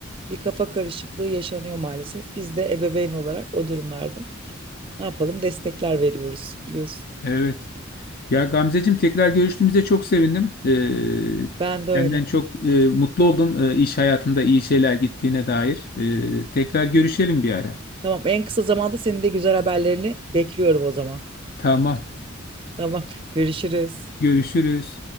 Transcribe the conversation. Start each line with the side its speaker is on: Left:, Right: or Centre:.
Right: bir kafa karışıklığı yaşanıyor maalesef. Biz de ebeveyn olarak o durumlarda ne yapalım destekler veriyoruz biliyorsun.
Left: Evet. Ya Gamzeciğim tekrar görüştüğümüzde çok sevindim. Ee,
Right: Ben de öyle.
Left: Senden çok e, mutlu oldum e, iş hayatımda iyi şeyler gittiğine dair. E, tekrar görüşelim bir ara.
Right: Tamam en kısa zamanda senin de güzel haberlerini bekliyorum o zaman.
Left: Tamam.
Right: Tamam görüşürüz.
Left: Görüşürüz.